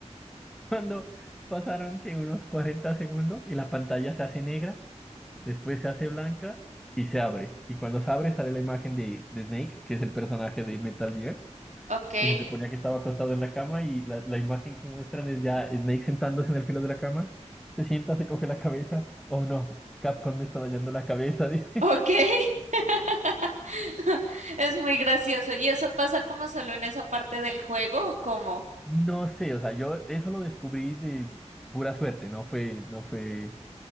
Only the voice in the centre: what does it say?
Cuando pasaron que unos 40 segundos y la pantalla se hace negra, después se hace blanca y se abre. Y cuando se abre sale la imagen de, de Snake, que es el personaje de Metal Gear
y se suponía que estaba acostado en la cama y la, la imagen que muestran es ya Snake sentándose en el filo de la cama. Se sienta, se coge la cabeza. Oh no, Capcom me está dañando la cabeza, <laughs> dice.
No sé, o sea, yo eso lo descubrí de pura suerte, no fue, no fue